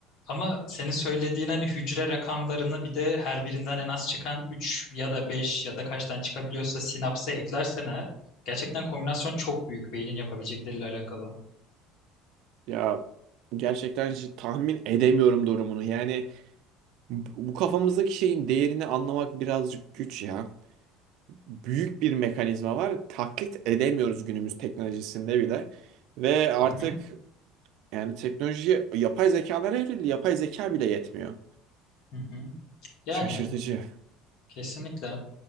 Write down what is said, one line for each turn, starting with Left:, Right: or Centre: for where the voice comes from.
Left: Ama senin söylediğin hani hücre rakamlarını bir de her birinden en az çıkan 3 ya da 5 ya da kaçtan çıkabiliyorsa sinapsa eklersen eğer gerçekten kombinasyon çok büyük beynin yapabilecekleriyle alakalı.
Right: Ya gerçekten hiç tahmin edemiyorum durumunu. Yani bu bu kafamızdaki şeyin değerini anlamak birazcık güç ya. Büyük bir mekanizma var. Taklit edemiyoruz günümüz teknolojisinde bile. Ve artık
Left: Hı hı,
Right: yani teknoloji yapay zekalara evrildi. Yapay zeka bile yetmiyor.
Left: hı hı. Yani
Right: Şaşırtıcı.
Left: Kesinlikle.